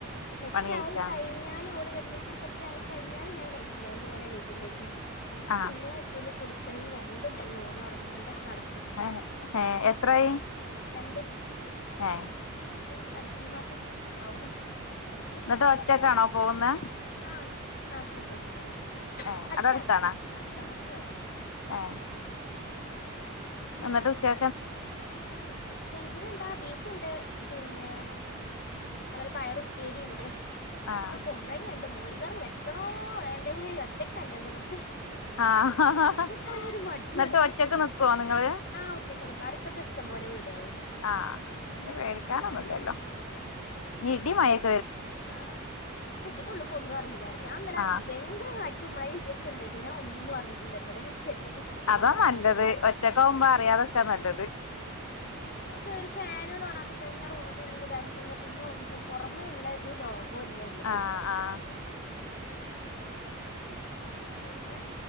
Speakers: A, on the left; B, on the left.
A: സെറ്റായി
B: പണി കഴിച്ചാ
A: കഴിഞ്ഞാല് ഓള് വ സെറ്റായി കഴിഞ്ഞാല് ഞാൻ കഴിച്ചിലായി ഓല് എനീക്കുമ്പഴേക്കും അല്ലെങ്കിൽ
B: ആഹ്
A: പിന്നെ ഒന്ന് കുളി ക്കണെങ്കി രണ്ട് മണിയ ഓന ഒറ ല്ലാണ്ട് നട
B: ഹയെ ഹെ എത്രായി?
A: രണ്ട്
B: ഹെ
A: രണ്ട് അടുത്ത് ഈ മാസം ആ ആവും ആയിക്കില്ല
B: എന്നിട്ട് ഒറ്റക്കാണോ പോകുന്നെ
A: ആ ഒറ്റക്ക് സ്കൂൾക്ക് ഒറ്റക്ക് <inaudible>
B: ഏ
A: അടുത്താണ്
B: അവിടെ അടുത്താണാ
A: ആഹ് അടുത്താണ് കൊറച്ച് പോയാ മതി
B: ഏ എന്നിട്ട് ഉച്ചേ
A: ലഞ്ച്നെന്താ ബീഫ്ണ്ട് പിന്നെ അത് പോലെ പയറുപ്പേരിണ്ട്
B: ആഹ്
A: പ്പൊ കുബ്ലങ്ങേണ് മോര് കറി വെക്കണോ വേണ്ടേ ഒറ്റക്കല്ലേ വെറുതെ
B: ആഹ്
A: നമ്മക്കാ ഒരു മടിയാണ്
B: ഇന്നെട്ട്
A: ഞാൻ
B: ഒറ്റക്ക് നിക്കോ നിങ്ങള്
A: ആഹ് ഒറ്റക്ക് നിക്കും അടുത്തൊക്കെ ഇഷ്ടം പോലെ വീടുകളുണ്ട്
B: ആഹ് പിന്നെ പേടിക്കാനൊന്നൂല്ലല്ലോ
A: ആഹ് ഇല്ല ഇല്ല
B: ഇടിം മയിം
A: ആഹ് അപ്പം ഇതിന്റെള്ളു കൊന്നും അറീല്ല ഞാൻ ന്നലെ
B: ആഹ്
A: ഭയ്ങ്കര <unintelligible> മഴിം ഇടിയൊക്കെണ്ടായ്ക്ക്ണു ഞാൻ ഒന്നും ല്ല ഇന്നലെ കെത്യട്ട് ഞാൻ മോനെ
B: അതാ
A: ഒർക്കിയപ്പം
B: നല്ലത്
A: ഞാൻ
B: ഒറ്റക്കാവുമ്പോ അറിയാതൊക്കാ നല്ലത്
A: ഓക്കെ ഒരു ഫേനാ ഓണാക്കി കഴിഞ്ഞാൽ റൂമിന്റെ ഉള്ളിൽ ഇതാക്കി കഴിഞ്ഞാൽ പിന്നെ ഒന്നും പുറമേള്ള ഒരു ലോകം ഇപ്പോല്ല ഉള്ള്ക്ക്
B: ആഹ്
A: ട്ടോ
B: ആഹ്
A: പിന്നെ